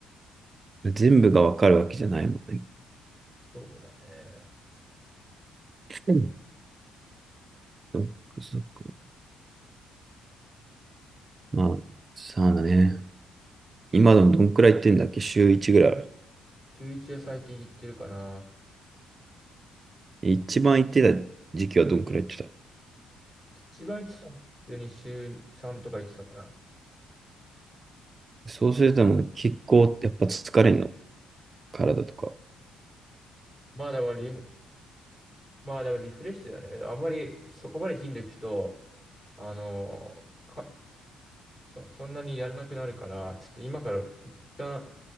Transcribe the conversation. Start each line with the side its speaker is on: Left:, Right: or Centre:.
Right: 全部がわかるわけじゃないもんね。
Left: そうだね。
Right: うんそっかそっか。まあ、さあだね。今でもどんくらい行ってんだっけ週1ぐらいある。
Left: 週一は最低言ってるかな。
Right: 一番行ってた時期はどんくらい行って
Left: 一番言ってたのは普通に週3とか言ってたから。
Right: たそうするともう結構やっぱ疲れんの体とか。
Left: まあでもリフ、まあでもリフレッシュだね。あんまりそこまで頻度聞くと、あのーかそ、そんなにやらなくなるから、ちょっと今から一旦